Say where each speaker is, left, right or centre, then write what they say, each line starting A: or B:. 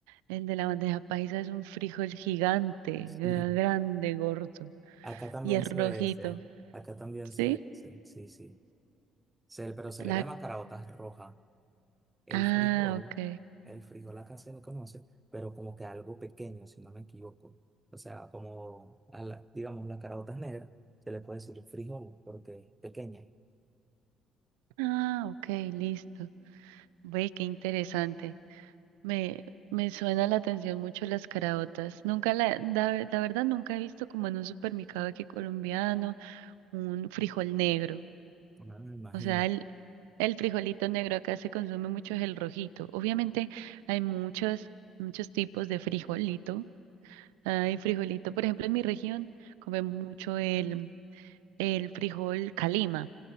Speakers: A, on the right (about 70°); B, on the right (about 15°).
A: el de la bandeja paisa es un frijol gigante,
B: Sí,
A: gra- grande, gordo
B: acá también
A: y es
B: se
A: rojito,
B: ve ese. Acá también se
A: ¿sí?
B: ve ese. Sí, sí. Se- pero se
A: La
B: le llama caraotas roja. El
A: ah,
B: frijol,
A: ok.
B: el frijol acá se lo conoce, pero como que algo pequeño, si no me equivoco. O sea, como, a la- digamos, las caraotas negras, se le puede decir frijol porque es pequeña.
A: Ah, ok, listo. Ve, qué interesante. Me, me suena la atención mucho las caraotas. Nunca la, la, la verdad nunca he visto como en un supermercado aquí colombiano un frijol negro.
B: Ah, imagínate.
A: O sea, el, el frijolito negro acá se consume mucho es el rojito. Obviamente hay muchos, muchos tipos de frijolito. Hay frijolito, por ejemplo, en mi región comen mucho el, el frijol calima,